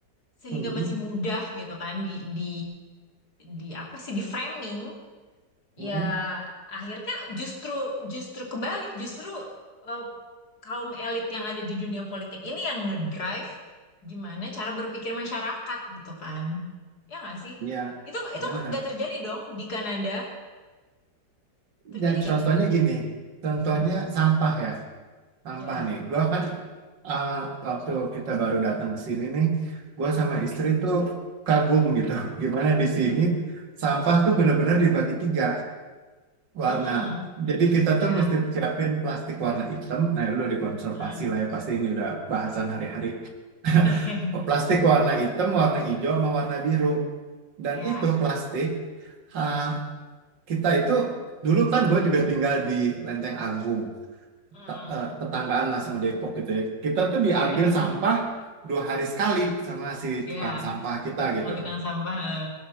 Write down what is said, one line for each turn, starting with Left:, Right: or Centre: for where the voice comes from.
Left: sehingga
Right: Mm-mm.
Left: masih mudah gitu kan di di di apa sih di framing
Right: Mm-mm.
Left: ya akhirnya justru justru kebalik justru eh, kaum elit yang ada di dunia politik ini yang ngedrive gimana cara berpikir masyarakat gitu kan. Ya nggak sih?
Right: Ya,
Left: Itu
Right: benar.
Left: itu nggak terjadi dong di Kanada. Terjadi
Right: Dan
Left: nggak?
Right: contohnya gini, contohnya
Left: Hmm,
Right: sampah ya, sampah
Left: ya.
Right: nih. Gua kan Ah, waktu kita baru datang ke sini nih, gue sama istri tuh kagum gitu. <laughs> Gimana di sini sampah tuh bener-bener dibagi tiga
Left: Mm-mm.
Right: warna. Jadi kita
Left: Ya.
Right: tuh mesti siapin plastik warna hitam. Nah, lu dikonservasi
Left: eh,
Right: lah ya pasti ini udah bahasan hari-hari. <laughs>
Left: eh, <laughs>
Right: Plastik warna hitam, warna hijau, sama warna biru. Dan
Left: Ya.
Right: itu plastik ah, kita itu dulu kan gue juga tinggal di Lenteng Agung
Left: Mm.
Right: te- eh, tetanggaan lah sama Depok gitu ya. Kita tuh diambil
Left: Iya.
Right: sampah dua hari sekali sama si
Left: Iya.
Right: tukang sampah kita
Left: Itu Teman
Right: gitu.
Left: tukang sampah. eh.